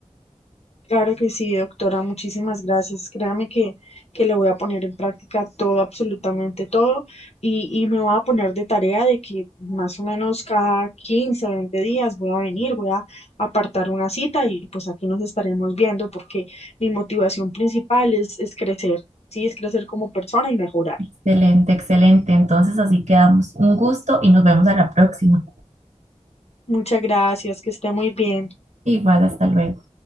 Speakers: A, on the left (about 60°); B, on the right (about 80°).
A: Claro que sí, doctora, muchísimas gracias. Créame que, que lo voy a poner en práctica todo, absolutamente todo, y, y me voy a poner de tarea de que más o menos cada 15, 20 días voy a venir, voy a apartar una cita y pues aquí nos estaremos viendo porque mi motivación principal es, es crecer, sí, es crecer como persona y mejorar.
B: Excelente, excelente. Entonces así quedamos. Un gusto y nos vemos a la próxima.
A: Muchas gracias, que esté muy bien.
B: Igual, hasta luego.